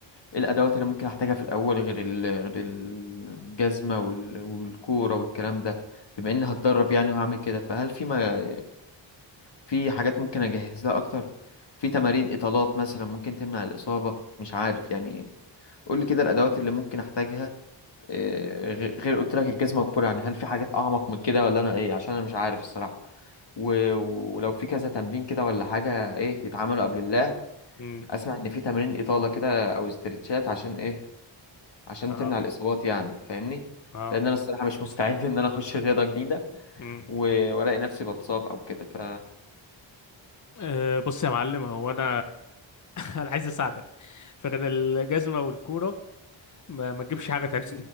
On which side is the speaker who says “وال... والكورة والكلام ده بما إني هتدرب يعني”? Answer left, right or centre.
Left